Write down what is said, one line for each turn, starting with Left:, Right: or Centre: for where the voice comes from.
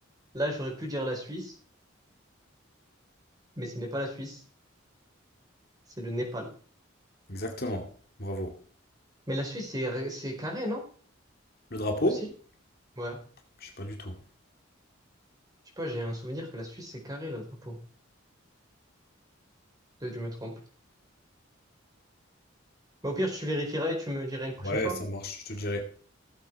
Right: Là, j'aurais pu dire la Suisse, mais ce n'est pas la Suisse, c'est le Népal.
Left: exactement. Bravo.
Right: Mais la Suisse, c'est ré- c'est carré, non?
Left: Le drapeau?
Right: Aussi? Ouais.
Left: Je sais pas du tout.
Right: Je sais pas, j'ai un souvenir que la Suisse, c'est carré, le drapeau. Peut-être que je me trompe. Mais au pire, tu vérifieras et tu me diras une prochaine
Left: Ouais,
Right: fois.
Left: ça marche, je te dirai.